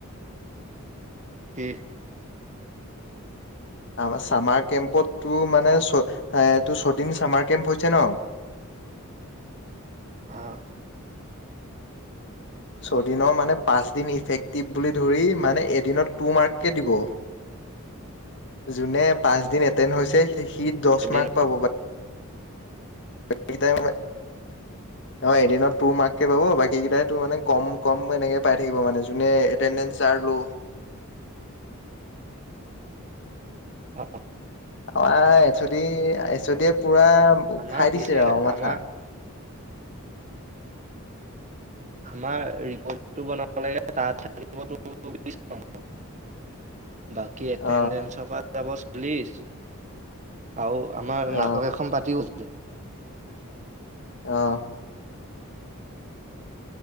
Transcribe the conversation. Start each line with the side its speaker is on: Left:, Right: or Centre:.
Right: <unintelligible>
Left: আমাৰ চামাৰ কেম্পতটো মানে ছ - এ তেওঁৰ ছদিন চামাৰ কেম্প হৈছে ন।
Right: অঁ।
Left: ছদিনৰ মানে পাঁচ দিন ইফেক্টিভ বুলি ধৰি মানে এদিনত টু মাৰ্ককে দিব। যোনে পাঁচ দিন এটেণ্ড হৈছে সি দচ
Right: এদিন
Left: মাৰ্ক পাব <unintelligible> <unintelligible> অ' এদিনত টূৰ মাৰ্ককে পাব বাকী কেটাইটো মানে কম - কম এনেকে পাই থাকিব জোনে এটেন্দেন্স যাৰ লো'।
Right: অ',
Left: অ আঁ, H O D - H O ডিয়ে পুৰা
Right: আমাৰ
Left: খাই
Right: কেছে
Left: দিছে আৰু
Right: নাই
Left: মাথা।
Right: আমাৰ আমাৰ ৰিপৰ্টটো বনাব লাগে তাত <unintelligible> বাকী এটেডেন্সৰ
Left: অ
Right: পৰা চাবচ, প্লিজ। আৰু আমাৰ
Left: অ
Right: নাটক এখন পাতিও <inaudible>
Left: অঁ।